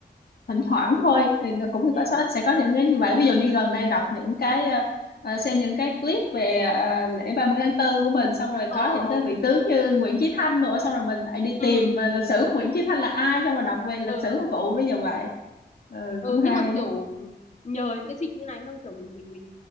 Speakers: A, on the left (about 65°); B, on the left (about 40°).
A: thỉnh thoảng thôi thì nó cũng
B: ừ
A: có sẽ có những cái như vậy ví dụ như gần đây đọc những cái ờ, ờ, xem những cái clip về ờ, lễ ba mươi tháng 4 của mình xong rồi
B: ờ
A: có
B: ờ
A: những cái vị tướng như Nguyễn Chí Thanh nữa xong rồi mình lại đi
B: ừ
A: tìm ờ, lịch sử của Nguyễn Chí Thanh là ai xong rồi đọc về lịch
B: ờ
A: sử của cụ bây giờ vậy ừ
B: ừ,
A: cũng hay
B: nhưng mà kiểu nhờ những cái dịp như này không kiểu mình mình mình,